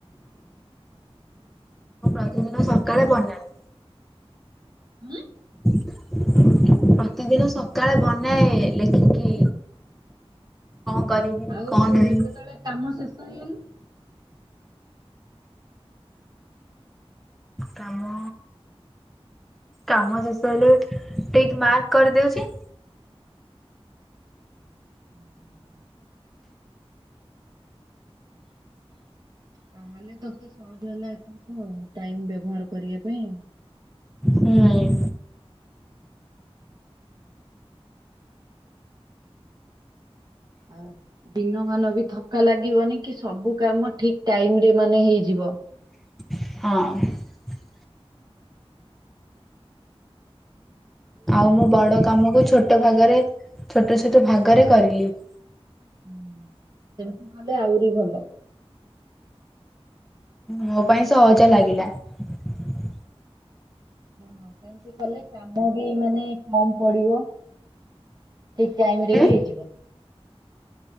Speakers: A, in the centre; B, on the right (about 40°).
A: ପ୍ରତି ଦିନ ସକାଳେ ବନାଏ।
B: ହୁଁ?
A: ପ୍ରତିଦିନ ସକାଳେ ବନାଏ ଲେଖିକି। କଣ? କରିବି
B: ଆଉ
A: କଣ ନାହିଁ
B: ଯେତେବେଳେ କାମ ଶେଷ ହେଇଗଲା।
A: କାମ କାମ ଶେଷ ହେଲେ ଠିକ ମାର୍କ କରିଦଉଚି।
B: ହୁଁ। ତାହେଲେ ତତେ ସହଜ ହେଲା ଏଥରକ ଟାଇମ ବ୍ୟବହାର କରିବା ପାଇଁ।
A: ହୁଁ
B: ହଁ। ଦିନମାନ ବି ଥକା ଲାଗିବନି କି ସବୁ କାମ ଠିକ ଟାଇମ ରେ ମାନେ ହେଇଯିବ
A: ହଁ।
B: ।
A: ଆଉ ମୁଁ ବଡ଼ କାମ କୁ ଛୋଟ ଭାଗରେ ଛୋଟ ଛୋଟ ଭାଗରେ କରିଲି ।
B: ହଁ ସେମିତି କଲେ ଆହୁରି ଭଲ ।
A: ମୋ ପାଇଁ ସହଜ ଲାଗିଲା ।
B: ଓ ସେମିତି କଲେ କାମ ବି ମାନେ କମ ପଡିବ। ଠିକ୍ ଟାଇମିରେ
A: ଉଁ
B: ବି ହେଇଯିବ।